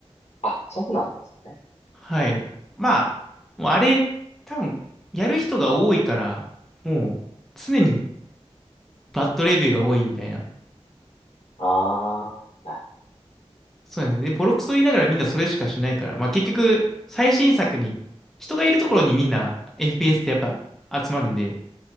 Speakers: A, on the left; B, in the centre.
A: あ、そうなんですね。
B: はい。まあ、もうあれ、多分やる人が多いから、もう常にバッドレビューが多いみたいな。
A: ああ、な
B: そうなんですね。でボロクソ言いながらみんなそれしかしないから、まあ結局、最新作に、人がいるところにみんな FPS ってやっぱ集まるんで、